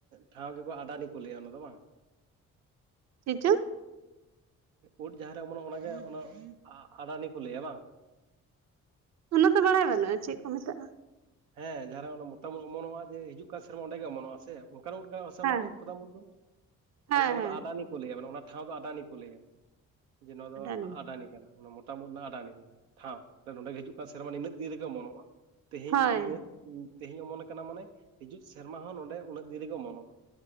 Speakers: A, on the right; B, on the right.
A: ᱴᱷᱟᱶ ᱜᱮᱠᱚ ᱟᱰᱟᱱᱤ ᱠᱚ ᱞᱟᱹᱭᱟ ᱚᱱᱟ ᱫᱚ ᱵᱟᱝ,
B: ᱪᱮᱫ ᱪᱚᱝ
A: ᱩᱫ ᱡᱟᱦᱟᱸ ᱨᱮ ᱚᱢᱚᱱᱚᱜᱼᱟ ᱚᱱᱟᱜᱮ ᱚᱱᱟ ᱟᱰᱟᱱᱤ ᱠᱚ ᱞᱟᱹᱭᱟ ᱵᱟᱝ,
B: ᱚᱱᱟ ᱫᱚ ᱵᱟᱲᱟᱭ ᱵᱟᱹᱱᱩᱜᱼᱟ ᱪᱮᱫ ᱠᱚ ᱢᱮᱛᱟᱜᱼᱟ।
A: ᱦᱮᱸ ᱡᱟᱦᱟᱸ ᱨᱮ ᱚᱱᱟ ᱢᱚᱛᱟᱢ ᱩᱫ ᱚᱢᱚᱱᱚᱜᱼᱟ ᱡᱮ ᱦᱤᱡᱩᱜ ᱠᱟᱱ ᱥᱮᱨᱢᱟ ᱚᱸᱰᱮ ᱜᱮ ᱚᱢᱚᱱᱚᱜᱼᱟ ᱥᱮ, <unintelligible> ᱩᱫ ᱠᱟᱱᱟ ᱦᱮᱸᱥᱮ
B: ᱦᱮᱸ
A: ᱚᱱᱟ ᱫᱚ ᱢᱚᱛᱟᱢ ᱩᱫ ᱫᱚ,
B: ᱦᱮᱸ
A: ᱟᱫᱚ ᱚᱱᱟ
B: ᱦᱮᱸ
A: ᱫᱚ ᱟᱰᱟᱱᱤ ᱞᱟᱹᱭᱟ ᱢᱟᱱᱮ ᱚᱱᱟ ᱴᱷᱟᱶ ᱫᱚ ᱟᱰᱟᱱᱤ ᱠᱚ ᱞᱟᱹᱭᱟ, ᱡᱮ ᱱᱚᱣᱟ ᱫᱚ
B: ᱰᱟᱹᱞᱤ
A: ᱟᱰᱟᱱᱤ ᱠᱟᱱᱟ ᱚᱱᱟ ᱢᱚᱛᱟᱢ ᱢᱚᱛᱟᱢ ᱨᱮᱱᱟᱜ ᱟᱰᱟᱱᱤ ᱠᱟᱱᱟ ᱴᱷᱟᱶ ᱱᱚᱰᱮ ᱜᱮ ᱦᱤᱡᱩᱜ ᱠᱟᱱ ᱥᱮᱨᱢᱟ ᱱᱤᱱᱟᱹᱜ ᱫᱤᱱ ᱨᱮᱜᱮ ᱚᱢᱚᱱᱚᱜᱼᱟ। ᱛᱮᱦᱮᱧ,
B: ᱦᱳᱭ
A: ᱛᱮᱦᱮᱧ ᱚᱢᱚᱱ ᱟᱠᱟᱱᱟ ᱢᱟᱱᱮ ᱦᱤᱡᱩᱜ ᱥᱮᱨᱢᱟ ᱦᱚᱸ ᱱᱚᱰᱮ ᱩᱱᱟᱹᱜ ᱫᱤᱱ ᱨᱮᱜᱮ ᱚᱢᱚᱱᱚᱜᱼᱟ।